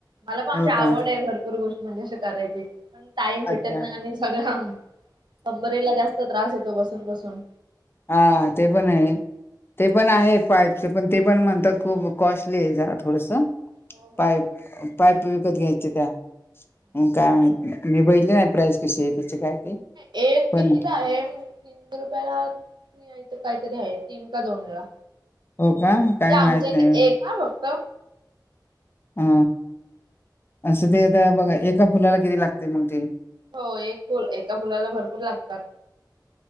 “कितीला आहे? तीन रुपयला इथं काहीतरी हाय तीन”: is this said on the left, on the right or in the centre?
Right